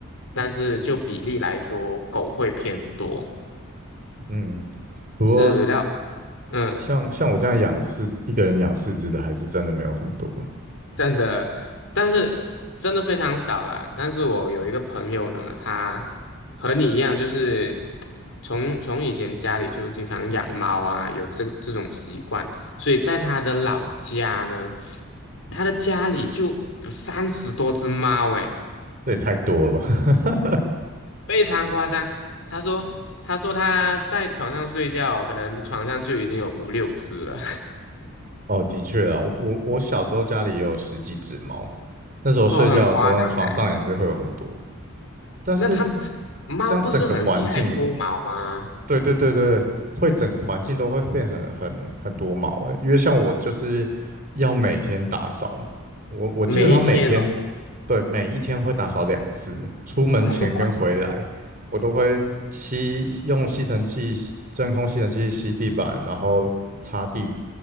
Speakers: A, on the left; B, on the right.
A: 但是就比例来说，狗会偏多。
B: 嗯。不过
A: 是料，嗯。
B: 像像我这样养四一个人养四只的，还是真的没有很多，
A: 真的，但是真的非常少啦。但是我有一个朋友呢，他和你一样，就是从从以前家里就经常养猫啊，有这这种习惯，所以在他的老家呢，他的家里就有三十多只猫，诶，
B: 这也太多了吧？<laughs>
A: 非常夸张。他说，他说他在床上睡觉，可能床上就已经有五六只了，
B: 哦，的确啊，我我小时候家里也有十几只猫，
A: <laughs>
B: 那时候睡觉的时候床上也是会有很多，
A: 哦，很夸张欸
B: 但是
A: 那他猫不是很厉害脱毛吗？
B: 这样整个环境，对对对对，会整个环境都会变很很很多毛诶，因为像我就是要每天打扫，我我基本上每天
A: 每一天哦，
B: 对每一天会打扫两次，出门前跟回来，
A: <laughs>
B: 我都会吸用吸尘器吸真空吸尘器吸地板，然后擦地，